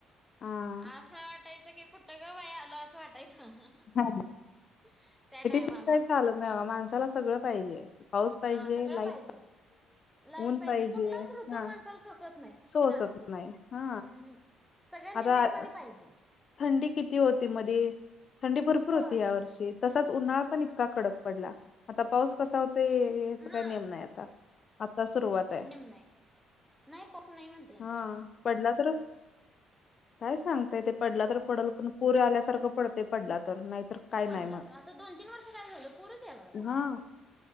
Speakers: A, on the left; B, in the centre.
A: हा
B: आस हा वाटायचं की कुठं ग बाई आलो असं वाटायचं.
A: हा हा.
B: <inaudible>
A: <unintelligible>
B: टायमाला
A: काय चालत नाही माणसाला सगळं पाहिजे. पाऊस पाहिजे
B: हा सगळं
A: लाईट
B: पाहिजे लाईट
A: ऊन
B: पाहिजे कुठलाच ऋतू
A: हा
B: माणसाला सोसत नाही.
A: सोसत
B: जास्ती हम्म
A: नाही हा
B: हम् सगळ
A: आता
B: लिमिट मध्ये पाहिजे.
A: थंडी किती होती मध्ये थंडी भरपूर
B: होय.
A: होती या वर्षी तसाच उन्हाळा पण इतका कडक पडला आता पाऊस कसा होते हेचा
B: हा
A: काही नेम नाही आता. आता सुरुवात आहे.
B: नेम नाही. नाही पसून नाही म्हणतेय यंदा
A: हा
B: लईच.
A: पडला तर काय सांगताय ते पडला तर पडल पण पुर आल्यासारखं पडतय. पडला तर नाहीतर काय नाही
B: पडला
A: म.
B: तर आता दोन तीन वर्ष काय झालं पूरच यायला लागलाय.
A: हा.